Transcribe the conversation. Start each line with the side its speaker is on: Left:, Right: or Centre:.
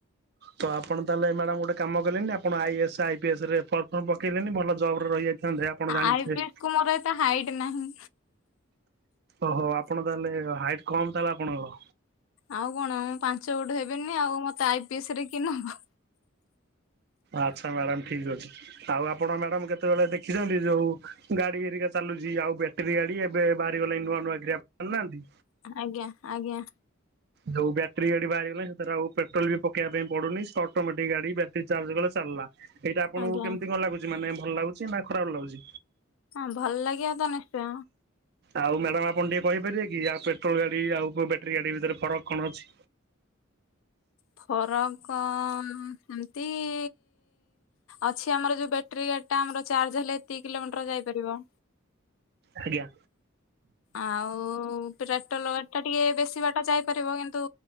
Right: ତ ଆପଣ ତାହେଲେ ମ୍ୟାଡାମ ଗୋଟେ କାମ କଲେଣିି ଆପଣ ଆଇଏସ୍ ଆଇ ପି ଏସ୍ ରେ ଫର୍ମ ଫର୍ମ ପକେଇଲେଣିି ଭଲ ଜବରେ ରହିଯାଇଥାନ୍ତେ, ଆପଣ ଜାଣିଥିବେ।
Left: ଆଇ ପି ଏସ୍ କୁ ମୋର ଏତେ ହାଇଟ ନାହିଁ।
Right: ଓହୋ ଆପଣ ତାହେଲେ ହାଇଟ କମ୍ ତାହାଲେ ଆପଣଙ୍କର।
Left: ଆଉ କଣ ମୁଁ ପାଞ୍ଚ ଫୁଟ ହେବିନି ଆଉ ମତେ ଆଇ ପି ଏସ ରେ କିଏ ନବ।
Right: ଆଚ୍ଛା ମ୍ୟାଡାମ ଠିକ ଅଛି ଆଉ ଆପଣ ମ୍ୟାଡାମ କେତେବେଳେ ଦେଖିଛନ୍ତି ଯୋଉ ଗାଡି ଏରିକା ଚା ଚାଲୁ ଆଉ ବ୍ୟାଟେରୀ ଗାଡି ।ଏବେ ବାହାରିଗଲାଣି ନୂଆ ନୂଆ ଗ୍ରାପ ଜାଣି ନାହାନ୍ତି।
Left: ଆଜ୍ଞା ଆଜ୍ଞା।
Right: ଯୋଉ ବ୍ୟାଟ୍ରି ଗାଡି ବାହାରିଗଲା, ସେଥିରେ ଆଉ ପେଟ୍ରୋଲ ବି ପକବା ପାଇଁ ପଡୁନି। ସେ ଅଟୋମେଟିକ ଗାଡି ବ୍ୟଟି ଚାର୍ଜ କଲେ ସରଲା, ଏଇଟା ଆପଣଙ୍କୁ
Left: ଆଜ୍ଞା
Right: କେମିତି କଣ ଲାଗୁଚି ମାନେ ଭଲ ଲାଗୁଛି ନା ଖରାପ ଲାଗୁଚି?
Left: ହଁ ଭଲ ଲାଗିବ ତ ନିଶ୍ଚୟ।
Right: ଆଉ ମ୍ୟାଡ଼ାମ୍ ଆପ୍ ଣ ଟିକେ କହିପାରିବେ କି ଆଉ ପେଟ୍ରୋଲ ଗାଡି ଆଉ ବ୍ୟାଟେରୀ ଗାଡି ଭିତରେ ଫରକ କଣ ଅଛି?
Left: ଫରକ ସେମିତି ଇ ଅଛି ଆମର ଯୋଉ ବ୍ୟାଟେରୀ ଏଟା ଆମ ଚାର୍ଜ ହେଲେ ଏତିକି କିଲୋମିଟର ଯାଇପାରିବ।
Right: ଆଜ୍ଞା।
Left: ଆଉ ପେଟ୍ରୋଲ ଗାଡିଟା ଟିକେ ବେଶୀ ବାଟ ଯାଇ ପାରିବ କିନ୍ତୁ